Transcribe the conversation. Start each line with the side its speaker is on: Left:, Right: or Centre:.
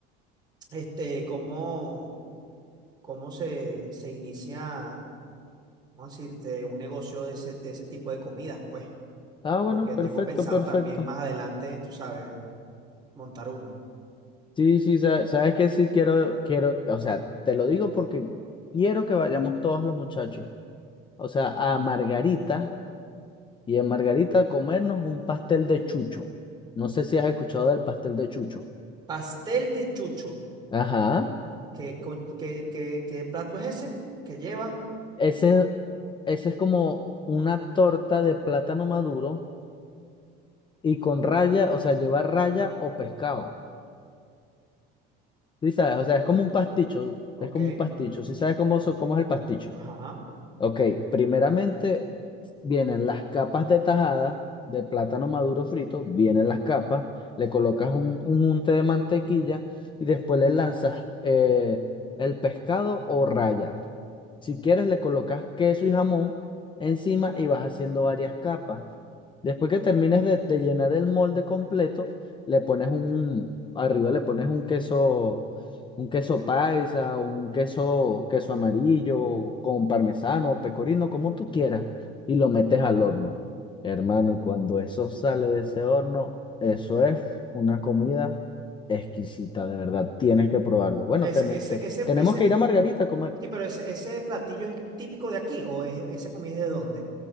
Right: este, cómo, cómo se, se inicia, vamos a decirte, un negocio de ese, de ese tipo de comidas, pues.
Left: Ah, bueno,
Right: Porque tengo
Left: perfecto,
Right: pensado
Left: perfecto.
Right: también más adelante, tú sabes, montar uno.
Left: Sí, sí, sa- sabes que sí quiero, quiero, o sea, te lo digo porque quiero que vayamos todos los muchachos, o sea, a Margarita y en Margarita a comernos un pastel de chucho. No sé si has escuchado del pastel de chucho.
Right: Pastel de chucho.
Left: Ajá.
Right: ¿Qué, con- qué, qué- qué plato es ese? ¿Qué lleva?
Left: Ese, ese es como una torta de plátano maduro y con raya, o sea, lleva raya o pescado. Sí, sabes, o sea, es como un pasticho,
Right: Ok.
Left: es como un pasticho. Sí, sabes cómo, so- cómo es el pasticho.
Right: Ajá.
Left: Ok, primeramente vienen las capas de tajada de plátano maduro frito, vienen las capas, le colocas un, un unte de mantequilla y después le lanzas eh, el pescado o raya. Si quieres, le colocas queso y jamón encima y vas haciendo varias capas. Después que termines de, de llenar el molde completo, le pones un, arriba le pones un queso un queso paisa, un queso, queso amarillo, con parmesano, pecorino, como tú quieras, y lo metes al horno. Hermano, y cuando eso sale de ese horno, eso es una comida exquisita, de verdad. Tienes que probarlo. Bueno,
Right: Ese,
Left: tene-
Right: ese,
Left: te-
Right: ese,
Left: tenemos
Right: ese,
Left: que ir a Margarita a comer.
Right: sí, pero ese, ese platillo es típico de aquí, o es, esa comida es de dónde?